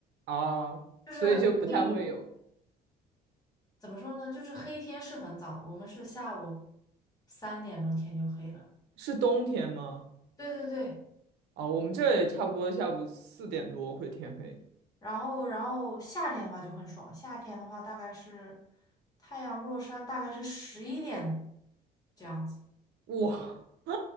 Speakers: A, on the right (about 80°); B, on the left (about 20°).
A: 啊，
B: 就是黑。
A: 所以就不太会有。
B: 怎么说呢？就是黑天是很早，我们是下午三点钟天就黑了。
A: 是冬天吗？
B: 对对对，
A: 啊，我们这也差不多下午四点多会天黑。
B: 然后然后夏天的话就很爽，夏天的话大概是太阳落山，大概是十一点这样子，
A: 哇，<laughs> 啊，